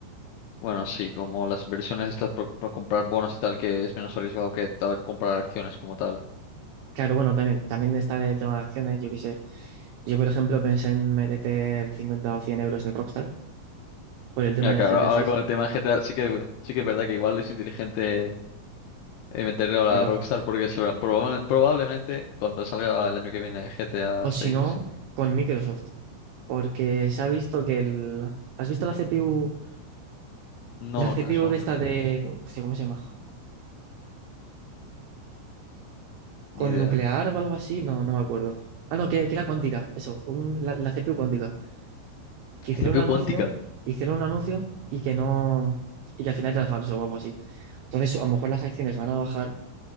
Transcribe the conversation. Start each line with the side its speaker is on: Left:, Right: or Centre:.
Left: Bueno, sí, como las inversiones estas por, por comprar bonos y tal, que es menos arriesgado que tal comprar acciones como tal.
Right: Claro, bueno, también, también está el tema de acciones, yo qué sé. Yo, por ejemplo, pensé en meter 50 o 100 euros en Rockstar por el tema
Left: Mira,
Right: de
Left: claro,
Right: GTA
Left: ahora
Right: 6.
Left: con el tema de G GTA sí que, sí que es verdad que igual es inteligente. y meterle ahora
Right: Claro,
Left: a Rockstar porque sobra- proba- probablemente cuando salga el año que viene GTA
Right: O
Left: 6.
Right: si no, con Microsoft. Porque se ha visto que el... ¿Has visto la CPU?
Left: No,
Right: La CPU
Left: no, eso no
Right: de
Left: tengo
Right: esta de... Hostia, ¿cómo se llama?
Left: ni
Right: ¿Con
Left: idea.
Right: nuclear o algo así? No, no me acuerdo. Ah, no, que, que era cuántica. Eso, un- la, la CPU cuántica. Que hicieron
Left: CPU
Right: un anuncio,
Left: cuántica.
Right: hicieron un anuncio y que no... Y que al final era falso o algo así. Entonces, a lo mejor las acciones van a bajar